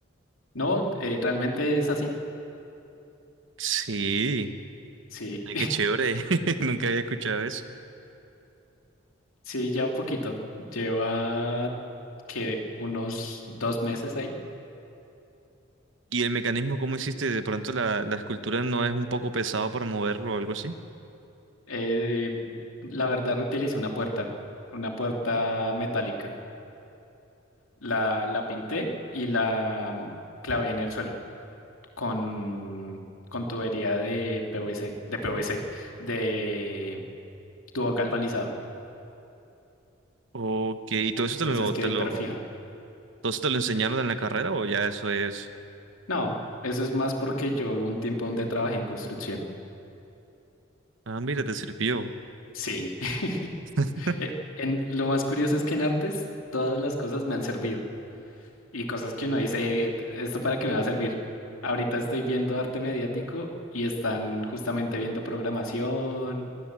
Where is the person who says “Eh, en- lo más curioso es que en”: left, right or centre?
Left